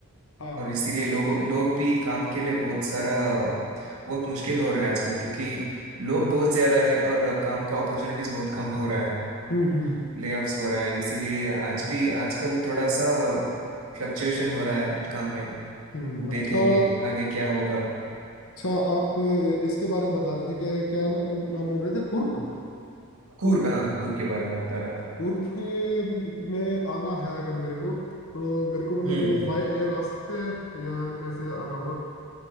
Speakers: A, on the left; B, on the right.
A: हाँ हाँ
B: और इसीलिए
A: हाँ
B: लोगों लोग भी काम के लिए बहुत सारा बहुत मुश्किल हो रहा है आजकल क्योंकि लोग बहुत ज्यादा है और आ, काम का अपॉर्चुनिटीज बहुत कम हो रहा है
A: हम्म हम्म
B: लेऑफ्स हो रहा है इसीलिए आज भी आजकल थोड़ा सा फ्लक्चुएशन हो रहा है काम में
A: हम्म अच्छा
B: देखेंगे आगे क्या होगा
A: अच्छा आप इसके बारे में बता रहे थे कि क्या ना, नाम बोल रहे थे कुर्क
B: कूर्ग हाँ कूर्ग के बारे में बता रहा था
A: कुर्क में आना है अगर मेरे को तो मेरे को मतलब
B: हम्म
A: बाय एयर आ सकते हैं या कैसे आना होगा